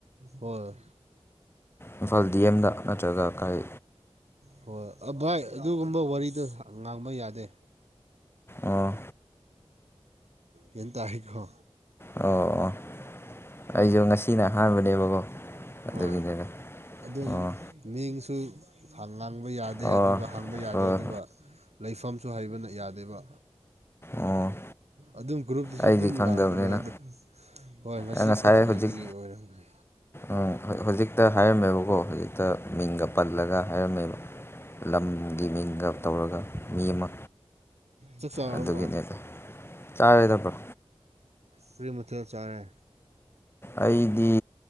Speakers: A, on the right (about 85°); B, on the left (about 20°).
A: ꯍꯔ
B: ꯏꯝꯐꯥꯜ ꯗꯤ ꯑꯦꯝꯗ ꯅꯠꯇ꯭ꯔꯒ ꯀꯥꯏ
A: ꯍꯣꯏ ꯚꯥꯏ ꯑꯗꯨꯒꯨꯝꯕ ꯋꯥꯔꯤꯗ ꯉꯥꯡꯕ ꯌꯥꯗꯦ
B: ꯑꯥ
A: ꯌꯦ ꯇ ꯍꯥꯏꯈꯣ
B: ꯑꯣ ꯑꯣ ꯑꯩꯁꯨ ꯉꯁꯤꯅ ꯑꯍꯥꯟꯕꯅꯦꯕꯀꯣ ꯑꯗꯨꯒꯤꯅꯤꯗ
A: ꯍꯣꯏ ꯑꯗꯨꯝ
B: ꯑꯣ
A: ꯃꯤꯡꯁꯨ ꯉꯥꯡꯕ ꯌꯥꯗꯦ
B: ꯑꯣ
A: ꯑꯗꯨꯒ ꯍꯥꯡꯕ ꯌꯥꯗꯦ
B: ꯍꯣꯏ ꯍꯣꯏ
A: ꯑꯗꯨꯒ ꯂꯩꯐꯝ ꯁꯨ ꯍꯩꯕꯅ ꯌꯥꯗꯦꯕ
B: ꯑꯣ
A: ꯑꯗꯨꯝ ꯒ꯭ꯔꯨꯞꯇꯨꯁꯨ
B: ꯑꯩꯗꯤ
A: ꯑꯗꯨꯝ
B: ꯈꯪꯗꯕꯅꯤꯅ
A: ꯂꯥꯡꯕꯅꯦ ꯑꯗꯣ ꯍꯣꯏ ꯉꯁꯤ
B: ꯑꯩ ꯉꯁꯥꯏ
A: ꯐꯥꯔꯁ ꯑꯣꯏꯕꯒꯤ
B: ꯍꯧꯖꯤꯛ
A: ꯑꯣꯏꯔꯝꯁ
B: ꯎꯝ ꯍꯧꯖꯤꯛꯇ ꯍꯥꯏꯔꯝꯃꯦꯕꯀꯣ ꯍꯧꯖꯤꯛꯇ ꯃꯤꯡꯒ ꯄꯜꯂꯒ ꯍꯥꯏꯔꯝꯃꯦꯕ ꯂꯝꯒꯤ ꯃꯤꯡꯒ ꯇꯧꯔꯒ ꯃꯤ ꯑꯃ
A: ꯆꯛꯆꯔ
B: ꯑꯗꯨꯒꯤꯅꯦꯗ
A: ꯍ
B: ꯆꯥꯔꯦꯗ ꯕ꯭ꯔꯣ
A: ꯐ ꯃꯊꯦ ꯆꯥꯔꯦ
B: ꯑꯩꯗꯤ